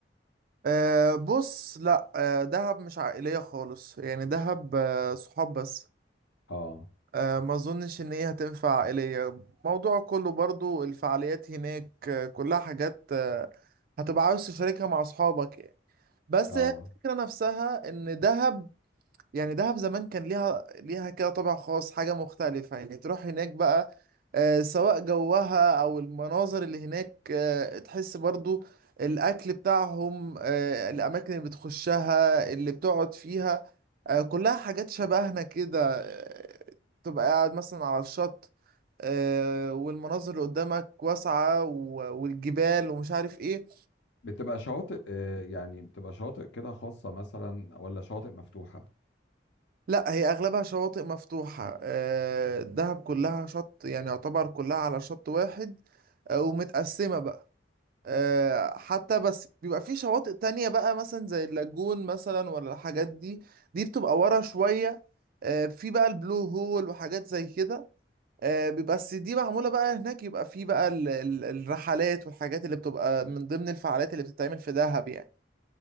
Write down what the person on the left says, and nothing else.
اه
اه
بتبقى شواطئ آه، يعني بتبقى شواطئ كده خاصة مثلا ولا شواطئ مفتوحة